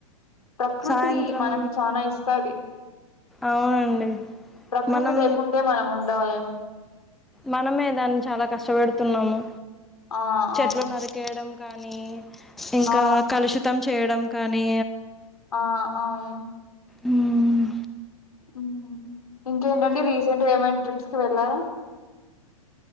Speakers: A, on the left; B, in the centre.
A: ప్రకృతి
B: సాయంత్రం
A: మనకి చానా ఇస్తాది.
B: అవునండి.
A: ప్రకృతి
B: మనం
A: లేకుంటే మనం ఉండాలి. ఆ.
B: మనమే దాన్ని చాలా కష్టపెడుతున్నాము.
A: ఆ
B: చెట్లు
A: ఆ
B: నరికేయడం. కానీ. ఇంకా
A: ఆ
B: కలుషితం. చేయడం కానీ.
A: ఆ అవును.
B: ఉమ్.
A: ఉమ్. ఇంకేంటడి రీసెంట్ గ ఏమైనా ట్రిప్స్. వెళ్ళార.